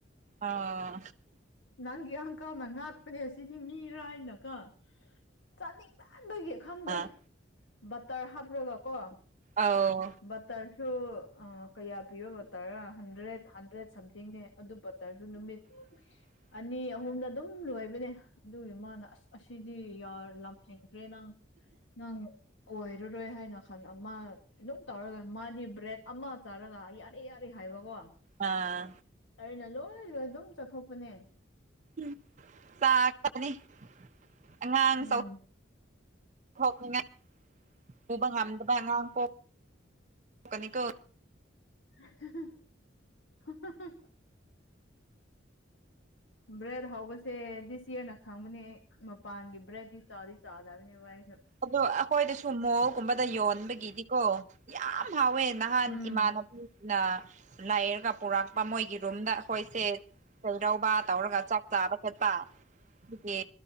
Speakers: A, on the right (about 40°); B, on the left (about 80°).
A: ꯑꯥ
B: ꯅꯪꯒꯤ ꯑꯪꯀꯜ ꯉꯥꯛꯄꯅꯦ ꯁꯤꯗꯤ ꯃꯤꯔ ꯍꯥꯏꯅꯀꯣ ꯆꯥꯅꯤꯡ ꯃꯟ ꯕꯒꯤ ꯈꯪꯗꯦ
A: ꯑꯥ
B: ꯕꯇꯔ ꯍꯥꯞ꯭ꯔꯒ ꯀꯣ
A: ꯑꯥꯎ
B: ꯕꯇꯔꯁꯨ ꯀꯌꯥ ꯄꯤꯕ ꯕꯇꯔ ꯔꯥ ꯍꯟꯗ꯭ꯔꯦꯠ ꯍꯟꯗ꯭ꯔꯦꯠ ꯁꯝꯊꯤꯡꯅꯦ ꯑꯗꯨ ꯕꯥꯇꯔꯁꯨ ꯅꯨꯃꯤꯠ
A: ꯎ <unintelligible>
B: ꯑꯅꯤ ꯑꯍꯨꯝꯗ ꯑꯗꯨꯝ ꯂꯣꯏꯕꯅꯦ ꯑꯗꯨꯒꯤ ꯃꯥꯅ ꯑꯁ ꯑꯁꯤꯗꯤ ꯌꯔꯥ ꯍꯦꯟꯈ꯭ꯔꯦ ꯅꯪ ꯅꯪ ꯑꯣꯏꯔꯔꯣꯏ ꯍꯥꯏꯅ ꯈꯟ ꯑꯃ ꯑꯗꯨꯝ ꯇꯧꯔꯒ ꯃꯥꯗꯤ ꯕ꯭ꯔꯦꯗ ꯑꯃ ꯆꯥꯔꯒ ꯌꯥꯔꯦ ꯌꯥꯔꯦ ꯍꯥꯏꯕꯀꯣ
A: ꯑꯥ
B: ꯑꯩꯅ ꯂꯣꯏ ꯂꯣꯏ ꯑꯗꯨꯝ ꯆꯥꯊꯣꯛꯄꯅꯦ
A: ꯎꯟ ꯇꯔ ꯇꯥꯔꯒꯥ ꯂꯩꯕꯅꯦ <inaudible> ꯑꯉꯥꯡ
B: ꯎꯝ
A: ꯆꯎ ꯊꯣꯛꯅꯤꯡꯉꯥꯏ ꯎꯕ ꯉꯝꯗꯕ ꯑꯉꯥꯡ ꯄꯣꯛ ꯅꯤꯀꯣ
B: ꯍꯥ ꯍꯥ ꯍꯥ ꯍꯥ ꯍꯥ <inaudible> ꯕꯔꯦꯗ ꯍꯥꯎꯕꯁ ꯇꯦ ꯗꯤꯁ ꯌꯔꯔꯅꯥ ꯈꯪꯕꯅꯦ ꯃꯄꯥꯟꯒꯤ ꯕ꯭ꯔꯦꯗꯤ ꯆꯥꯗꯤ ꯆꯥꯗꯕꯅꯦ ꯑꯩꯁꯨ
A: ꯑꯗꯣ ꯑꯩꯈꯣꯏꯗꯁꯨ ꯃꯥꯎꯒꯨꯝꯕꯗ ꯌꯣꯟꯕꯒꯤꯗꯤꯀꯣ ꯌꯥꯝ ꯍꯥꯎꯋꯦ ꯅꯍꯥꯟ
B: ꯎꯝ
A: ꯏꯃꯥꯟꯅꯕꯤꯅ ꯂꯥꯏꯔꯒ ꯄꯨꯔꯛ ꯃꯣꯏꯒꯤ ꯔꯨꯝꯗ ꯑꯩꯈꯣꯏꯁꯦ ꯆꯩꯔꯧꯕ ꯇꯧꯔꯒ ꯆꯥꯛ ꯆꯥꯕ ꯆꯠꯄ ꯑꯗꯨꯒꯤ